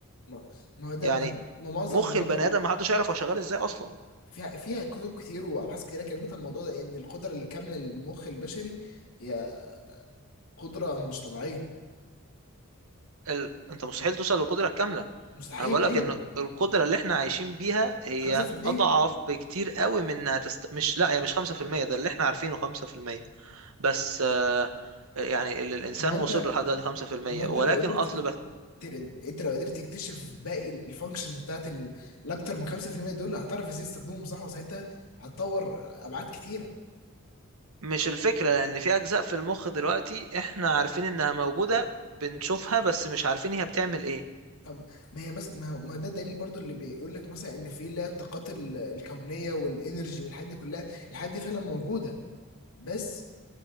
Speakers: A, on the left; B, on the right.
A: ما ما هو ده
B: يعني
A: ما ما معظم
B: مخ
A: معظم
B: البني آدم ما حدش يعرف هو شغال إزاي أصلا
A: فيها فيها كتب كتير وابحاث كتيره كلمت عن الموضوع ده ان القدره الكامله للمخ البشري هي قدره مش طبيعيه
B: ال... أنت مستحيل توصل للقدرة الكاملة
A: مستحيل
B: أنا بقولك
A: ايوه
B: إن القدرة اللي إحنا عايشين بيها هي
A: 5%
B: أضعف بكتير قوي من إنها تست... مش لا هي مش 5% ده اللي إحنا عارفينه 5% بس آه، يعني اللي الإنسان
A: ما هو انت
B: وصل له لحد دلوقتي 5%
A: ما هو انت
B: ولكن
A: لو قدرت
B: أصل
A: تك-
B: بقى
A: تر- انت لو قدرت تكتشف باقي الفانكشنز بتاعت ال- الاكتر من 5% دول هتعرف ازاي تستخدمهم صح وساعتها هتطور ابعاد كتيره
B: مش الفكرة لأن في أجزاء في المخ دلوقتي إحنا عارفين إنها موجودة بنشوفها بس مش عارفين هي بتعمل إيه
A: فما هي مس... ما... ما ده دليل برضو اللي بيقول لك مثلا ان في اللي هي الطاقات ال- الكونيه والانرجي والحاجات دي كلها الحاجات دي فعلا موجوده بس